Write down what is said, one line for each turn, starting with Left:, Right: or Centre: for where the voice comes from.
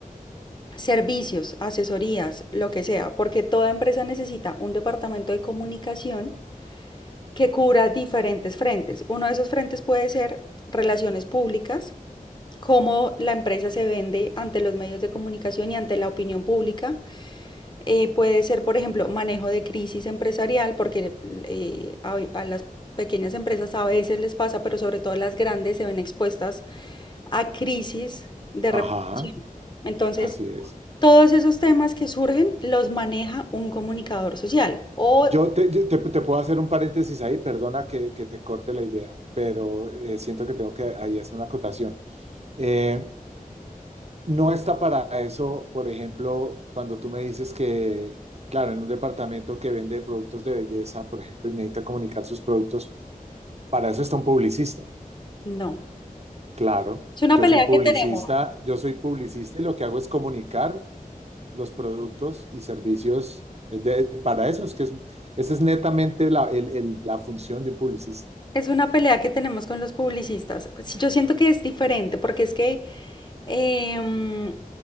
Left: servicios, asesorías, lo que sea, porque toda empresa necesita un departamento de comunicación que cubra diferentes frentes. Uno de esos frentes puede ser relaciones públicas, cómo la empresa se vende ante los medios de comunicación y ante la opinión pública. Eh, puede ser, por ejemplo, manejo de crisis empresarial, porque eh, a, a las pequeñas empresas a veces les pasa, pero sobre todo las grandes se ven expuestas a crisis de
Right: Ajá.
Left: reputación. Entonces,
Right: Así es.
Left: todos esos temas que surgen los maneja un comunicador social o
Right: Yo te, yo te- te puedo hacer un paréntesis ahí, perdona que, que te corte la idea, pero eh, siento que tengo que ahí hacer una acotación. Eh, no está para eso, por ejemplo, cuando tú me dices que, claro, en un departamento que vende productos de belleza, por ejemplo, y necesita comunicar sus productos, para eso está un publicista.
Left: no.
Right: Claro,
Left: Es una
Right: yo
Left: pelea
Right: soy publicista,
Left: que tenemos.
Right: yo soy publicista y lo que hago es comunicar los productos y servicios eh, de- para eso. Es que es- esa es netamente la, el- el- la función de un publicista.
Left: Es una pelea que tenemos con los publicistas. Sí, Yo siento que es diferente porque es que em,